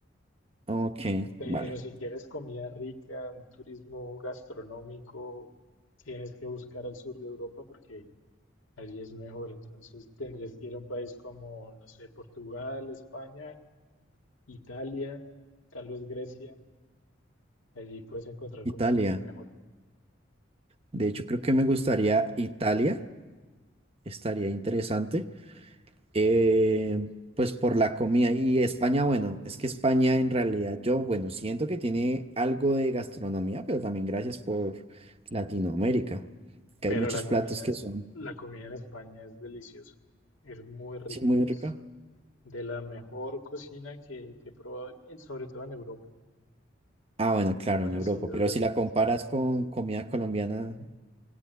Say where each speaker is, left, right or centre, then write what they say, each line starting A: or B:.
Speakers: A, on the right (about 30°); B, on the left (about 85°).
A: Ok,
B: Pero
A: vale.
B: si quieres comida rica, un turismo gastronómico, tienes que buscar al sur de Europa porque allí es mejor. Entonces tendrías que ir a un país como, no sé, Portugal, España, Italia, tal vez Grecia. Allí puedes encontrar comida
A: Italia.
B: mucho mejor.
A: De hecho, creo que me gustaría Italia. Estaría interesante. Eh, pues por la comida. Y España, bueno, es que España en realidad yo, bueno, siento que tiene algo de gastronomía, pero también gracias por Latinoamérica, que
B: Pero
A: hay muchos
B: la
A: platos
B: comida
A: que
B: es-
A: son
B: la comida en España es deliciosa. Es muy rica.
A: sí, muy
B: Es
A: ricos.
B: de la mejor cocina que, que he probado, eh, sobre todo en Europa.
A: Ah, bueno, claro,
B: Me ha parecido
A: en Europa, pero si la comparas con comida colombiana,